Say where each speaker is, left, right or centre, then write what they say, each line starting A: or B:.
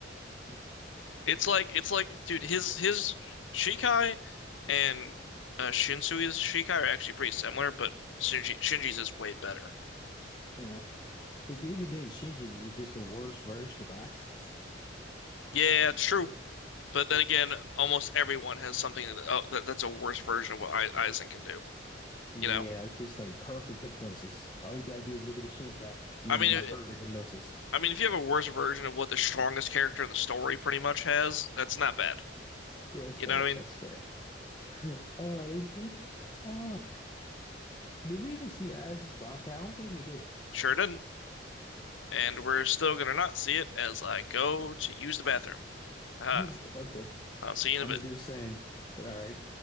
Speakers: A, on the left (about 20°); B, on the left (about 80°).
A: You
B: It's like it's like dude, his his Shikai and uh, Shinsuke's Shikai are actually pretty similar, but Shinji, Shinji's is way better.
A: know, but even then, Shinji is just the worst version of Aizen. <laughs>
B: Yeah, true. But then again, almost everyone has something that, oh, that that's a worse version of what I, Aizen can do.
A: Yeah,
B: You know,
A: it's just like perfect hypnosis. All you gotta do is look at the Shinkai. You
B: I
A: under
B: mean,
A: my perfect
B: if-
A: hypnosis.
B: I mean, if you have a worse version of what the strongest character in the story pretty much has, that's not bad.
A: Yeah, it's
B: You
A: fair.
B: know what I mean?
A: That's fair. <laughs> Uh, they, they uh, did we even see Aizen's Bankai? I don't think we did.
B: Sure didn't. And we're still gonna not see it as I go to use the bathroom. Aha.
A: <laughs> Okay,
B: I'll see you in
A: I'm
B: a bit.
A: gonna do the same. But all right.